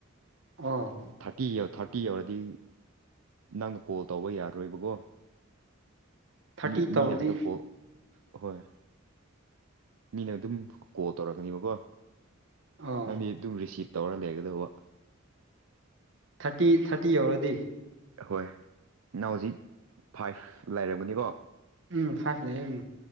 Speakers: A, on the right; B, on the right.
A: ꯑ
B: ꯊꯥꯔꯇꯤ ꯌ ꯊꯥꯔꯇꯤ ꯌꯧꯔꯗꯤ ꯅꯪꯅ ꯀꯣꯜ ꯇꯧꯕ ꯌꯥꯔꯣꯏꯕꯀꯣ
A: ꯊꯥꯔꯇꯤ
B: ꯃꯤ
A: ꯇꯧꯔꯗꯤ
B: ꯃꯤꯅ ꯍꯟꯇꯛ ꯀ꯭ꯔ‌ꯣ ꯍꯣꯏ ꯃꯤꯅ ꯑꯗꯨꯝ ꯀꯣꯜ ꯇꯧꯔꯛꯀꯅꯦꯕꯀꯣ
A: ꯑꯣ
B: ꯅꯪꯗꯤ ꯑꯗꯨꯝ ꯔꯤꯁꯤꯞ ꯇꯧꯔ ꯂꯩꯒꯗꯧꯕ
A: ꯊꯥꯔꯇꯤ ꯊꯥꯔꯇꯤ ꯌꯧꯔꯗꯤ
B: ꯍꯣꯏ ꯅ ꯍꯧꯖꯤꯛ ꯐꯥꯏꯚ ꯂꯩꯥꯏꯔꯝꯒꯅꯤꯀꯣ
A: ꯎꯝ ꯐꯥꯏꯚ ꯂꯩꯌꯦ ꯎꯝ